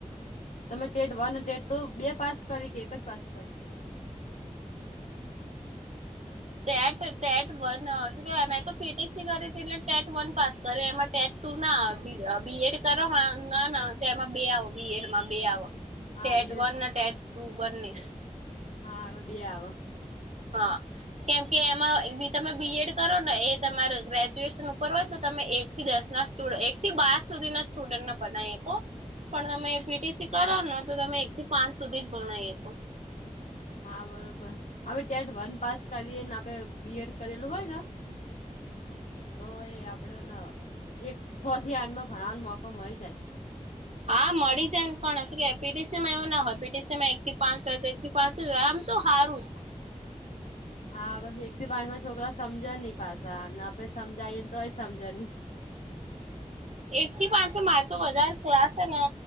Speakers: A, on the left; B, on the right.
A: તમે ટેટ વન ટેટ ટુ બે પાસ કરી કે એક જ પાસ કરી.
B: ટેટ ટેટ વન શું કેમે તો પીટીસી કરી હતી એટલે ટેટ વન પાસ કર્યો એમાં ટેટ તું ના આવ બીએડ કરો ના ના એમાં બે આવો બીએડમાં બે આવ
A: હા
B: ટેટ
A: બીએડ
B: વન અને ટેટ ટુ બંને.
A: હા હવે બે આવ
B: હા. કેમ કે એમાં એ બી તમે બીએડ કરો ને એ તમારો ગ્રેજ્યુએશન ઉપર હોય તો તમે એ એકથી દસના સ્ટુડ એક થી બાર સુધીના સ્ટુડન્ટને બનાવી હકો પણ તમે પીટીસી કરો ને તો તમે એક થી પાંચ સુધી જ ભણાઈ હકો
A: હા બરોબર અવે ટેટ વન પાસ કરીએ ને આપડે બીએડ કરેલું હોય ને તો એ આપડેને એક છ થી આઠમાં ભણાવાનો મોકો મળી જાય.
B: હા મળી જાય ને પણ શું કે પી ટી સી માં એવું ના હોય પી ટી સી માં એક થી પાંચ તે એક થી પાંચ જ હોય એમ તો હારું જ
A: હા અવે એક થી પાચમાં છોકરા સમજે ની પાસા ને આપડે સમજાવીએ ને તોય સમજે ની
B: એક થી પાંચસો માર તો વધાર ક્લાસ શેને